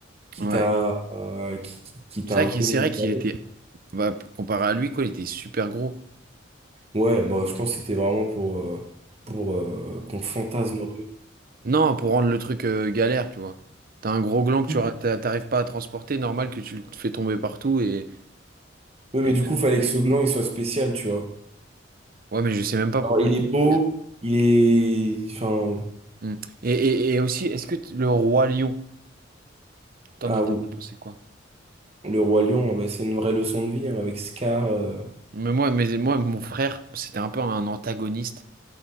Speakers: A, on the right; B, on the right.
A: qui
B: Ouais.
A: t'a euh, qui, qui- qui
B: C'est
A: t'a un
B: vrai
A: peu
B: qu'il, c'est
A: mis.
B: vrai
A: mal
B: qu'il était,
A: à l'aise.
B: bah, comparé à lui, quoi, il était super gros.
A: Ouais, bah, je pense que c'était vraiment pour, euh, pour euh, qu'on fantasme un peu.
B: Non, pour rendre le truc euh, galère, tu vois. T'as un gros gland que tu
A: Oui,
B: ra- t'a- t'arrives pas à transporter, normal que tu le fais tomber partout et,
A: Ouais, mais
B: et-
A: du coup, fallait que ce gland il soit spécial, tu vois.
B: Ouais, mais je sais même pas
A: Alors,
B: pourquoi.
A: il
B: il-
A: est beau,
B: est-
A: il est. Enfin,
B: Mm. Et, et, et aussi, est-ce que t- le roi lion, t'en
A: ah
B: as t'en
A: oui,
B: as pensé quoi?
A: le roi lion, ah bah, c'est une vraie leçon de vie hein, avec Scar. euh,
B: Mais moi, mais moi, mon frère, c'était un peu un antagoniste